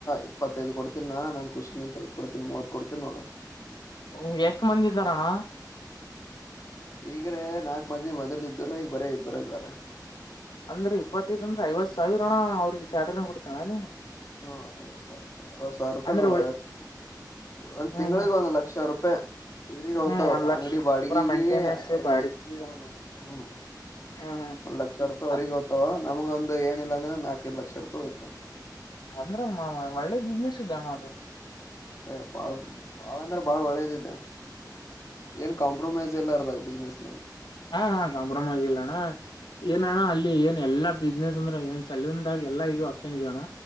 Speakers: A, on the left; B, on the left.
A: ಇಪ್ಪತ್ತೈದು ಕೊಡ್ತೀನಾ ನಾನ್ ಖುಷಿಂತ ಐದ್ ಕೊಡ್ತೀನಿ ಮೂವತ್ ಕೊಡ್ತೀನಿ ನೋಡು.
B: ಅವ್ರು ಎಷ್ಟ್ ಮಂದಿ ಇದ್ದಾರಣ್ಣ.
A: ಈಗ್ರೆ ನಾಕ್ ಮಂದಿ ಮೊದ್ಲ್ ಇದ್ರ ಈಗ ಬರೀ ಇಬ್ಬರ ಇದಾರ.
B: ಅಂದ್ರೆ ಇಪ್ಪತ್ತೈದ್ರಿಂದ ಐವತ್ ಸಾವಿರ ಅಣ್ಣ ಅವ್ರಿಗೆ ಸ್ಯಾಲರಿ ನಾ ಕೊಡಿತಾನ ನೀನ.
A: ಹಾ ಐವತ್ತು ಸಾವಿರ ರೂಪಾಯಿ ಅರವತ್ತು ಸಾವಿರ ರೂಪಾಯಿ
B: ಅಂದ್ರೆ
A: ನೋಡ
B: ಉಳಿ
A: ಒಂದ
B: ಹ್ಮ್
A: ತಿಂಗಳಿಗೆ
B: ಹ್ಮ್
A: ಒಂದ್ ಲಕ್ಷ ರೂಪ್ ತೀರಿ ಹೋತಾವ್
B: ಹ್ಮ್ ಒಂದ್ ಲಕ್ಷ
A: ಅಂಗಡಿ ಬಾಡಿಗೆಗೆ
B: ಪೂರಾ ಮೇಂಟೆನೆನ್ಸ್
A: ಅವ್ರಿಗೆ
B: ಬಾಡಿಗೆ
A: ಹ್ಮ್ ಹ್ಮ್.
B: ಹ್ಮ್
A: ಒಂದ್ ಲಕ್ಷ ರೂಪಾಯಿ ಅವ್ರಿಗ್
B: ಹ್ಮ್
A: ಹೋತಾವ ನಮಗ ಒಂದು ಏನಿಲ್ಲ ಅಂದ್ರ ನಾಕೈದು ಲಕ್ಷ ರೂಪಾಯಿ ಉಳಿತಾವ್.
B: ಅಂದ್ರ ಒಳ್ಳೆ ಬಿಸ್ನೆಸ್ ಇದೆ ಅಣ್ಣ ಅದು.
A: ಏ ಬಾಳ್ ಬಾಳ ಅಂದ್ರೆ ಬಾಳ್ ಒಳ್ಳೇದಿದೆ. ಏನ್ ಕಾಂಪ್ರೊಮೈಸ್ ಎಲ್ಲ ಇರ್ದಾಗ ಬಿಸ್ನೆಸ್ ನಾಗ.
B: ಹಾ ಹಾ ಕಾಂಪ್ರೊಮೈಸ್ ಇಲ್ಲಣ್ಣ. ಏನಣ್ಣ ಅಲ್ಲಿ ಏನ್ ಎಲ್ಲಾ ಬಿಸ್ನೆಸ್ ಅಂದ್ರೆ ಏನ್ ಸಲೂನ್ದಾಗ ಎಲ್ಲ ಇದು ಆಪ್ಷನ್ ಇದೆ ಅಣ್ಣ.